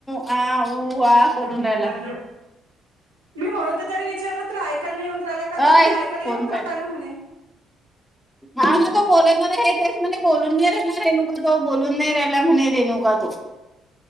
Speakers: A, in the centre; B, on the right.
A: हा ऊ आ करून
B: मोबाईल
A: राहीला.
B: ठेव. मी म्हणूते तरी विचारलं तुला ऐकायला नाही येऊन राहिलं का?
A: अय
B: म्हणे ऐकायला
A: फोन
B: येऊन राहिला
A: पाहिजे
B: म्हणे.
A: हा ना तो बोलणार हे तेस म्हणे बोलून नाही राहिणार रेनुका तो बोलून नाही राहिला म्हणे रेणुका- तो.